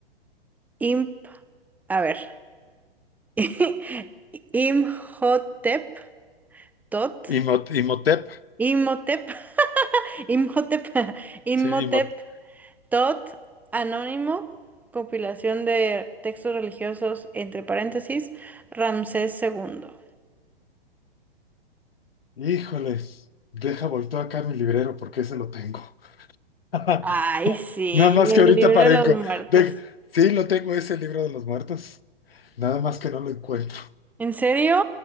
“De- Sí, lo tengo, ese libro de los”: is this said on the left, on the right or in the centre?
Left